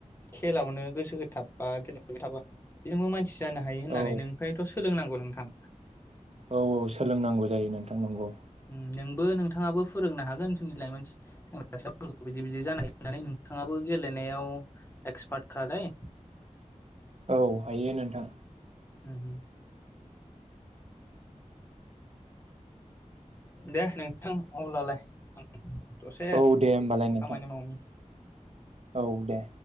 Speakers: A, on the left (about 20°); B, on the right (about 55°).
A: खेलावनो गोसो होथाब। बा गेलेबाय थाबा बेजोंबो मान जानो हायो होननानै
B: औ
A: नोंनिफ्राय थस सोलोंनांगौ नोंथां।
B: औ औ सोलोंनांगौ जायो नोंथां नंगौ।
A: उम नोंबो नोंथाङाबो फोरोंनो हागोन जोंनि लाइमोन सेंग्रा सिख्लाफोरखौ बिदि बिदि जानाय होननानै नोंथाङाबो गेलेनायाव एक्सपार्ट खालाय
B: औ हायो नोंथां।
A: हम हम। दे नोंथां अब्लालाय। दसे
B: औ दे होमबालाय नोंथां
A: खामानि मावनि।
B: औ दे।